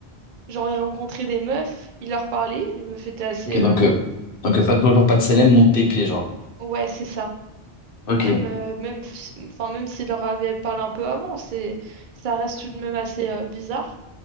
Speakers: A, on the right; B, on the left.
A: genre, il rencontrait des meufs, il leur parlait, les meufs étaient assez,
B: Ok, donc,
A: euh,
B: euh, donc euh, pas de bonjour, pas de célèbre, monte tes pieds, genre.
A: ouais, c'est ça.
B: Ok.
A: Même, euh, même, f- enfin, même s'il leur avait parlé un peu avant, c'est, ça reste tout de même assez, euh, bizarre.